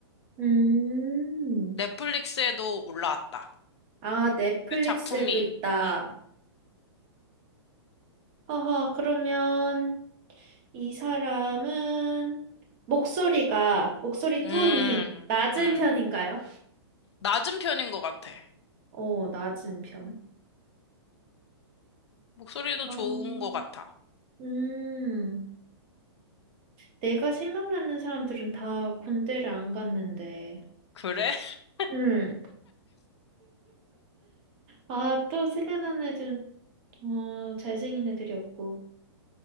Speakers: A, on the right; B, on the left.
A: 음.
B: 넷플릭스에도 올라왔다.
A: 아, 넷플릭스에도
B: 그 작품이.
A: 있다.
B: 응.
A: 허허, 그러면 이 사람은 목소리가, 목소리
B: 음,
A: 톤이 낮은
B: 음.
A: 편인가요?
B: 낮은 편인 것 같아.
A: 오, 낮은 편.
B: 목소리도
A: 어
B: 좋은 것 같아.
A: 음. 내가 생각나는 사람들은 다 군대를 안 갔는데.
B: 그래? <laughs>
A: 음. 아, 또 생각나는 애들은, 어, 잘생긴 애들이었고.